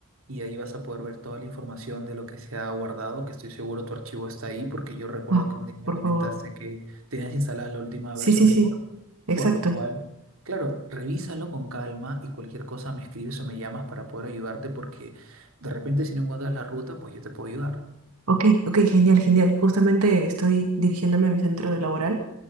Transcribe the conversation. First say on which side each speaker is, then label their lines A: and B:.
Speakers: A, on the right; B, on the right.
A: y ahí vas a poder ver toda la información de lo que se ha guardado, que estoy seguro tu archivo está ahí, porque yo recuerdo
B: Wow,
A: que un día me
B: por
A: comentaste
B: favor.
A: que tenías instalada la última
B: Sí,
A: versión
B: sí,
A: de
B: sí,
A: Word.
B: exacto.
A: Por lo cual, claro, revísalo con calma y cualquier cosa me escribes o me llamas para poder ayudarte porque de repente si no encuentras la ruta, pues yo te puedo ayudar.
B: Ok, ok, genial, genial. Justamente estoy dirigiéndome a mi centro de laboral.